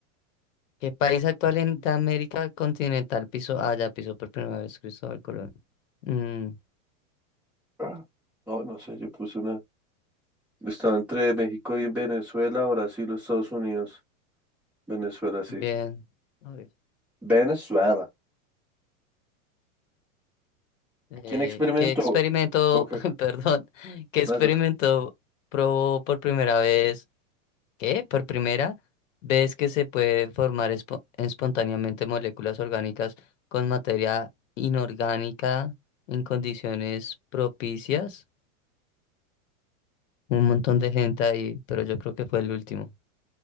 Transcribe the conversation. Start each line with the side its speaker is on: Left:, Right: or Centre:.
Left: ¿Qué país actual en de América continental pisó? Ah, ya pisó por primera vez Cristóbal Colón. Mm,
Centre: Ah. No, no sé, yo puse una. Estaba entre México y Venezuela, Brasil o Estados Unidos. Venezuela, sí.
Left: bien. A ver.
Centre: Venezuela.
Left: Eh,
Centre: ¿Quién experimentó?
Left: ¿qué experimento,
Centre: Ok,
Left: <laughs> perdón, qué experimento
Centre: hágala.
Left: probó por primera vez? ¿Qué? ¿Por primera vez que se puede formar espo- espontáneamente moléculas orgánicas con materia inorgánica en condiciones propicias? Un montón de gente ahí, pero yo creo que fue el último.